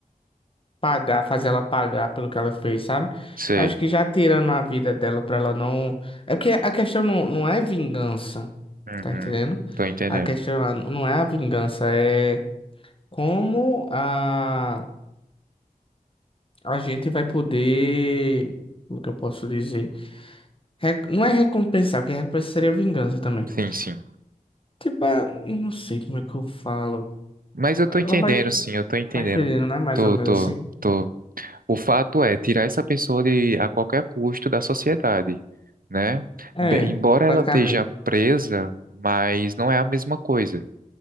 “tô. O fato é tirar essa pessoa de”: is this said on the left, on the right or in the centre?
Right